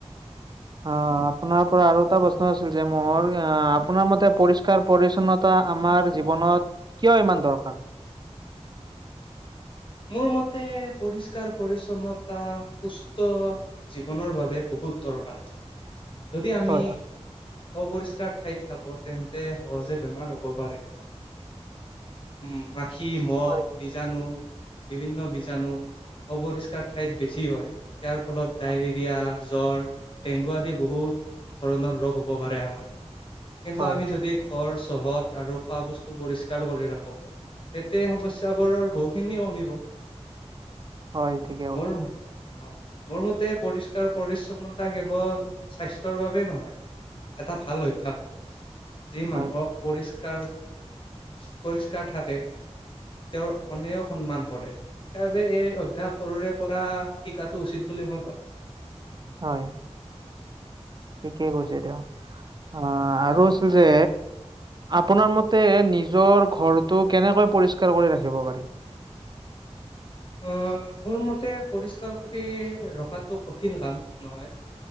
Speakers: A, on the left; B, on the right.
A: <inaudible>
B: অ' আপোনাৰ পৰা আৰু এটা প্ৰশ্ন আছিল যে মোৰ আ, আপোনাৰ মতে পৰিষ্কাৰ পৰিচ্ছন্নতা আমাৰ জীৱনত কিয় ইমান দৰকাৰ?
A: মোৰ মতে পৰিষ্কাৰ পৰিচ্ছন্নতা সুস্থ জীৱনৰ বাবে বহুত দৰকাৰ। যদি আমি
B: হয়
A: অপৰিষ্কাৰ ঠাইত থাকো, তেন্তে সহজে বেমাৰ হ'ব পাৰে। উম, মাখি, মহ,
B: হয়
A: বীজাণু বিভিন্ন বীজাণু অপৰিষ্কাৰ ঠাইত বেছি হয়। ইয়াৰ ফলত ডায়েৰিয়া
B: হয়
A: জ্বৰ, ডেংগু আদি বহুত ধৰণৰ ৰোগ হ'ব পাৰে আমাৰ। কিন্তু
B: হয়
A: আমি যদি ঘৰ চৌহত আৰু খোৱা বস্তু পৰিষ্কাৰ কৰি ৰাখো তেতিয়া সমস্যা বোৰ বহু খিনি কমিব।
B: হয় ঠিকে কৈছে
A: মোৰ অ মোৰ মতে পৰিষ্কাৰ পৰিচ্ছ- ন্নতা কেৱল স্বাস্থ্যৰ বাবে নহয়, এটা ভাল অভ্যাস হ'ব। যি
B: হয়
A: মানুহক পৰিষ্কাৰ পৰিষ্কাৰ থাকে তেওঁৰ অনেও সন্মান কৰে। সেইবাবে এই অভ্যাস সৰুৰে পৰা শিকাটো উচিত বুলি মই ভাবো।
B: হয় থিকেই কৈছে তেওঁ। আ আৰু আছু যে আপোনাৰ মতে নিজৰ ঘৰটো কেনেকৈ পৰিষ্কাৰ কৰি ৰাখিব পাৰি?
A: অ মোৰ মতে পৰিষ্কাৰ কৰি ৰখাটো কঠিন কাম নহয়।